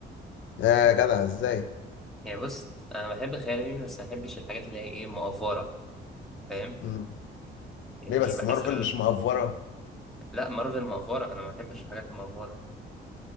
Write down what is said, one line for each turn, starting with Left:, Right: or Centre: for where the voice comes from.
Left: يا جدع ازاي
Centre: يعني بص انا بحب الخيال العلمي بس ما بحبش الحاجات اللي هي ايه مقفره فاهم
Left: مم.
Centre: يعني
Left: ليه بس
Centre: بحس
Left: مارفل مش مأفورة
Centre: لا مارفل مأفورة أنا ما بحبش الحاجات المأفورة